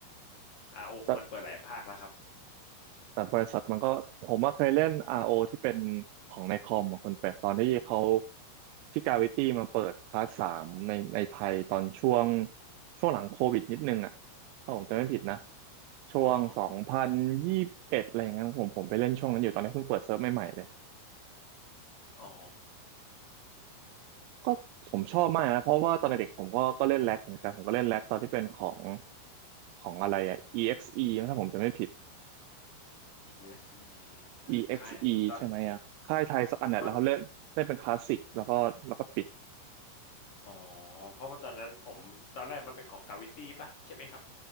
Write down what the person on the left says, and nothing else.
อาโอมันเปิดหลายภาคแล้วครับ
อ๋ออ๋อ
ESE แต่นนั้นค่ายไหนเนอะตอน
ก็อ๋อเพราะว่าตอนนั้นผมตอนแรกมันเป็นของเกาหลีปะใช่ไหมครับ